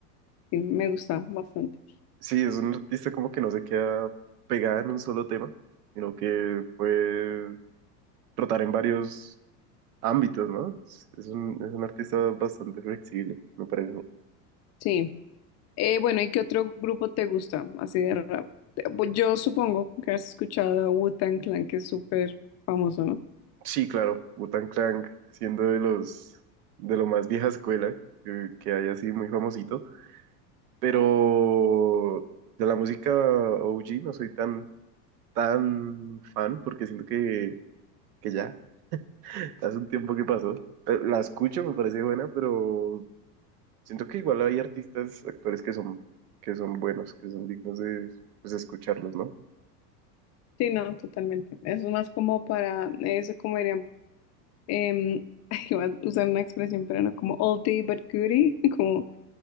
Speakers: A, on the left; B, on the right.
A: sí, me gusta bastante.
B: Sí, es un artista como que no se queda pegada en un solo tema, sino que puede trotar en varios ámbitos, ¿no? Es es un, es un artista bastante flexible, me parece. a mí.
A: Sí, Eh, bueno, ¿y qué otro grupo te gusta así de rap? Te- pues Yo supongo que has escuchado Wu-Tang Clan, que es súper famoso, ¿no?
B: Sí, claro, wu Clank, siendo de los de lo más vieja escuela que, que hay así muy famosito, pero de la música OG no soy tan tan fan porque siento que, que ya <laughs> hace un tiempo que pasó. Eh, La escucho, me parece buena, pero Siento que igual hay artistas, actores que son, que son buenos, que son dignos de pues, escucharlos, ¿no?
A: Sí, no, totalmente. Es más como para, eso como dirían, em, <laughs> ay, iba a usar una expresión, pero no, como all day but goodie, <laughs> como, o